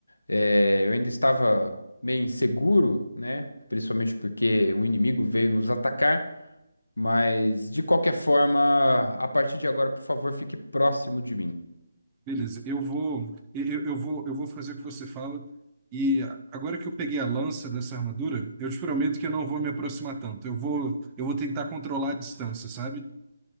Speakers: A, on the left (about 85°); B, on the right (about 20°).
A: Eh, eu ainda estava meio inseguro, né? Principalmente porque um inimigo veio nos atacar. Mas, de qualquer forma, a partir de agora, por favor, fique próximo de mim.
B: Beleza, eu vou, eu, eu vou, eu vou fazer o que você fala. E agora que eu peguei a lança dessa armadura, eu te prometo que eu não vou me aproximar tanto. Eu vou, eu vou tentar controlar a distância, sabe?